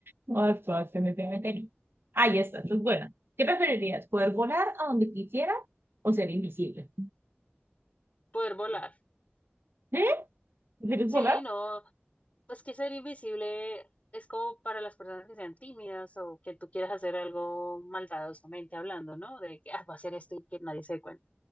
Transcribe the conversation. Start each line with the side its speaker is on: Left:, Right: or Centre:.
Right: No, esto se me tiene meter. Ahí está, esto es buena. ¿Qué preferirías? ¿Poder volar a donde quisieras o ser invisible?
Left: Poder volar.
Right: ¿Eh? ¿Prefieres
Left: Sí,
Right: volar?
Left: no, pues que ser invisible es como para las personas que sean tímidas o que tú quieras hacer algo maldadosamente hablando, ¿no? De que ah, voy a hacer esto y que nadie se dé cuenta.